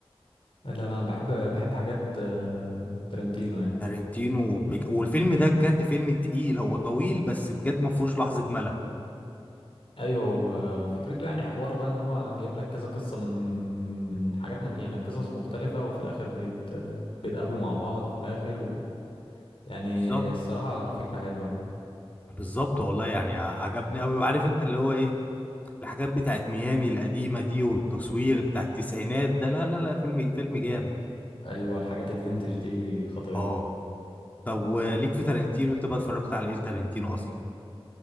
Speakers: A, on the left; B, on the left.
A: لا لا انا بحب بحب حاجات آه، ترنتينو يعني
B: تارنتينو وبيج... والفيلم ده بجد فيلم تقيل هو طويل بس بجد ما فيهوش لحظه ملل
A: ايوه هو فكرته يعني حوار بقى ان هو جايب لك كذا قصه من من حاجات مخ... يعني قصص مختلفه وفي الاخر بيت... آه، بيتقابلوا مع بعض في الاخر و... يعني
B: بالظبط
A: الصراحه الفكره حلوه يعني
B: بالظبط والله يعني ع- عجبني قوي وعارف انت اللي هو ايه الحاجات بتاعت ميامي القديمه دي والتصوير بتاع التسعينات ده لا لا لا فيلم فيلم جامد
A: ايوه الحاجات الفينتج دي خطيره
B: اه طب وليك في تارنتينو انت بقى اتفرجت على ايه تارنتينو اصلا